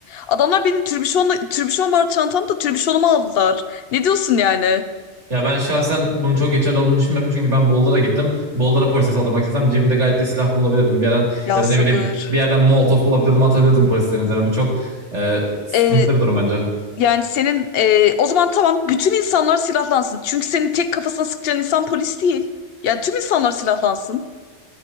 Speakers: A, on the left; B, on the right.
A: Adamlar benim türbüşonla, türbüşon var çantamda türbüşonumu aldılar. Ne diyorsun yani?
B: Ya ben şahsen bunun çok geçerli olduğunu düşünmüyorum çünkü ben Boulder'a gittim. Boulder'a polise saldırmak istesem cebimde gayet de silah bulabilirdim. Bir yerden
A: Ya
B: ya da
A: sabır.
B: ne bileyim bir yerden Molotov bulabilirdim atabilirdim polislerin üzerine. Bu çok e, sıkıntılı
A: Ee,
B: bir durum bence.
A: yani senin ee, o zaman tamam bütün insanlar silahlansın. Çünkü senin tek kafasına sıkacağın insan polis değil. Yani tüm insanlar silahlansın.